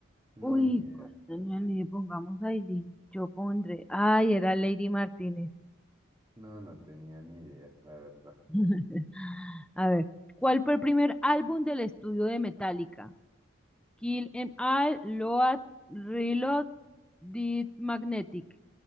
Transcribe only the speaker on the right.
No,
ni idea.
No, no tenía ni idea, la verdad.